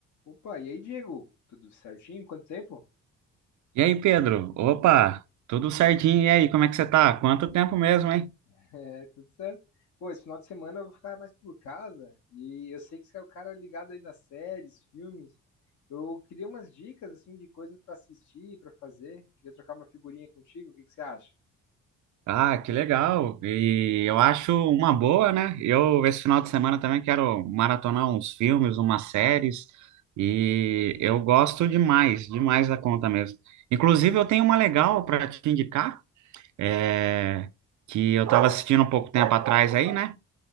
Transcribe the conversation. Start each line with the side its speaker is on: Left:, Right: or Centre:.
Left: Opa, e aí, Diego? Tudo certinho? Quanto tempo?
Right: E aí, Pedro? Opa, tudo certinho. E aí, como é que você tá? Quanto tempo mesmo, hein?
Left: <laughs> É, tudo certo. Pô, esse final de semana eu vou ficar mais por casa e eu sei que você é o cara ligado aí das séries, filmes. Eu queria umas dicas, assim, de coisas pra assistir, pra fazer. Queria trocar uma figurinha contigo, o que que você acha?
Right: Ah, que legal. E eu acho uma boa, né? Eu, esse final de semana também quero maratonar uns filmes, umas séries. E eu gosto demais, demais da conta mesmo. Inclusive, eu tenho uma legal para te indicar, é, que eu tava assistindo um pouco tempo atrás aí, né?